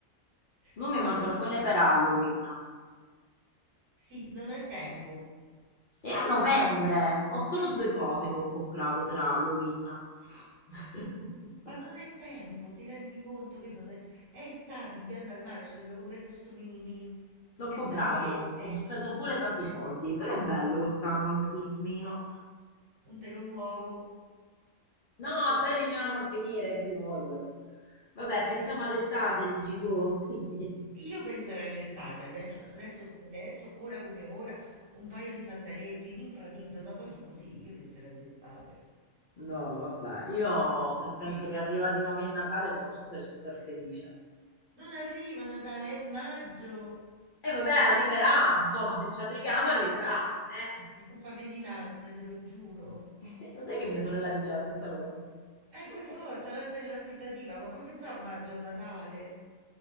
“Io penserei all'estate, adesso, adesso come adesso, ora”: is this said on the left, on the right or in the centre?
Right